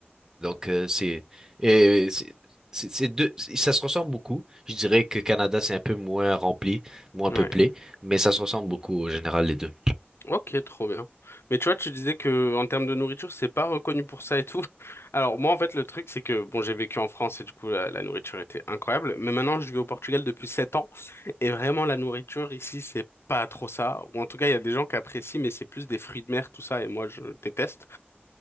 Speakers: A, on the right; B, on the left.
A: Donc, euh, c'est, et c'est, c'est c'est deux, c'est- ça se ressemble beaucoup. Je dirais que Canada, c'est un peu moins rempli, moins
B: ouais.
A: peuplé, mais ça se ressemble beaucoup au général, les deux.
B: Ok, trop bien. Mais tu vois, tu disais que en termes de nourriture, c'est pas reconnu pour ça et tout. <laughs> Alors moi, en fait, le truc, c'est que bon, j'ai vécu en France et du coup, la, la nourriture était incroyable. Mais maintenant, je vis au Portugal depuis sept ans et vraiment, la nourriture ici, c'est pas trop ça. Ou en tout cas, il y a des gens qui apprécient, mais c'est plus des fruits de mer, tout ça. Et moi, je déteste.